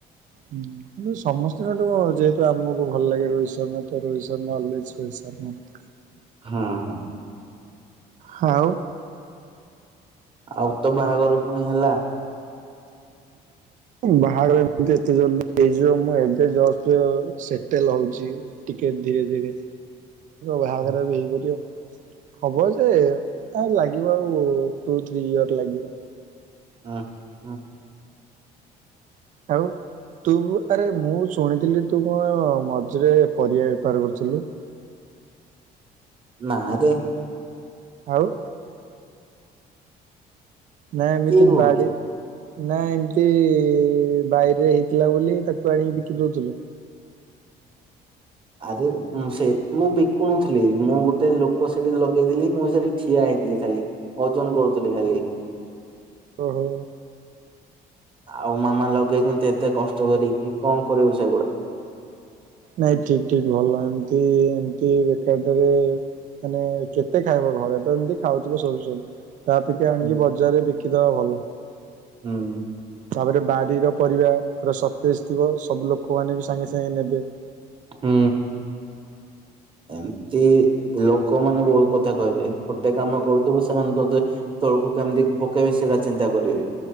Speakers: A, on the right; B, on the right.
A: ହୁଁ। କିନ୍ତୁ ସମସ୍ତଙ୍କଠୁ ଯେହେତୁ ଆମକୁ ଭଲ ଲାଗେ ରୋହିତ ଶର୍ମା ତ ରୋହିତ ଶର୍ମା ଆଲରେଡି ସ୍ପେସିଆଲ ନୁହ।
B: ହଁ ହଁ।
A: ହଉ।
B: ଆଉ ତ ବାହାଘର ପୁଣି ହେଲା।
A: ବାହାଡ ଏମତି ଏତେ ଜଲଦି ହେଇଯିବ ମୁ ଏବେ ଜୁଷ୍ଟ ସେଟେଲ ହଉଛି। ଟିକେ ଧୀରେ ଧୀରେ ବାହାଘର
B: ହୁଁ
A: ବି ହେଇପାରିବ। ହବ ଯେ ଆଉ ଲାଗିବ ଆଉ ଟୁ ଥ୍ରୀ ଇୟର ଲାଗିବ।
B: ହଁ ହଁ।
A: ଆଉ ତୁ ଆରେ ମୁଁ ଶୁଣିଥିଲି ତୁ କଣ ମଝିରେ ପରିବା ବେପାର କରୁଥିଲୁ।
B: ନାଁରେ।
A: ଆଉ। ନା ଏମତି
B: କିଏ କହୁଛି?
A: ବାଡି ନା ଏମିତି ବାଇରେ ହେଇଥିଲା ବୋଲି ତାକୁ ଆଣିକି ବିକି ଦଉଥିଲୁ।
B: ଆରେ ସେ ମୁଁ ମୁ ବିକୁ ଥିଲ ମୁଁ ଗୋଟେ ଲୋକ ସେଠି ଲଗେଇଥିଲି ମୁଁ ସେଠି ଠିଆ ହେଇଥିଲି ଖାଲି ଓଜନ କରୁଥିଲି ଖାଲି।
A: ଓ ହୋ।
B: ଆଉ ମାମା ଲଗେଇଛନ୍ତି ଏତେ କଷ୍ଟ କରିକି କଣ କରିବୁ ସେଗୁଡା?
A: ନାଇଁ ଠିକ ଠିକ ଭଲ ଏମତି ଏମତି ବେକାରଟାରେ ମାନେ କେତେ ଖାଇବ ଘରେ ତ ଏମିତି ଖାଉଥିବ ସବୁ ତାପ
B: ହୁଁ
A: ଆଣିକି ବଜାରରେ ବିକିଦବା ଭଲ।
B: ହୁଁ।
A: ତାପରେ ବାରିର ପରିବା ପୁରା ସତେଜ ଥିବ ସବୁ ଲୋକମାନେ ବି ସାଙ୍ଗେ ସାଙ୍ଗେ ନେବେ।
B: ହୁଁ। ଏମିତି ଲୋକମାନେ ବହୁତ କଥା କହିବେ ଗୋଟେ କାମ କରୁଥିବୁ ସେମାନେ ତତେ ତଳକୁ କେମତି ପକେଇବେ ସେଇଟା ଚିନ୍ତା କରିବେ।